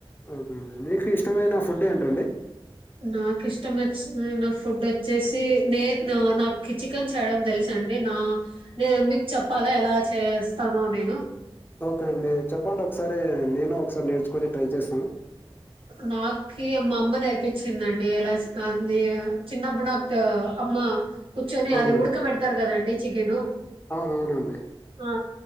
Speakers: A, on the left (about 20°); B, on the right (about 65°).
A: అఓకేనండి మీకు ఇష్టమైన ఫుడ్ ఏంటండి
B: నాకు ఇష్టం వచ్చిన ఫుడ్ వచ్చేసి నే నాకు చికెన్ చేయడం తెలుస అండి నా నే మీకు చెప్పాలా ఎలా చేస్తానో నేను
A: ఓకే అండి చెప్పండి ఒకసారి నేను ఒకసారి నేర్చుకుని ట్రై చేస్తాను
B: నాకి అమ్మ అమ్మ నేర్పించిందండి అలా న చిన్నప్పుడు నాకు అమ్మ కూర్చొని
A: అవునండి
B: అది ఉడకబడతారు కదండి చికెను
A: అవునవునండి
B: ఆ